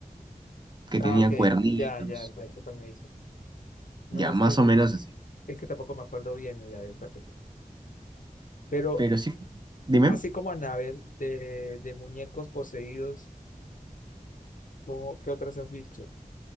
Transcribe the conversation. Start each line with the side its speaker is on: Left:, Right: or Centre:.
Right: que
Left: Ah,
Right: tenía
Left: ok,
Right: cuernitos,
Left: ya, ya, ya, eso también dice. No,
Right: ya,
Left: es
Right: más
Left: que
Right: o
Left: eh,
Right: menos así.
Left: Es que tampoco me acuerdo bien, mira, de esta película. Pero
Right: Pero sí, dime,
Left: así como Annabelle, de, de muñecos poseídos, ¿cómo- ¿qué otras has visto?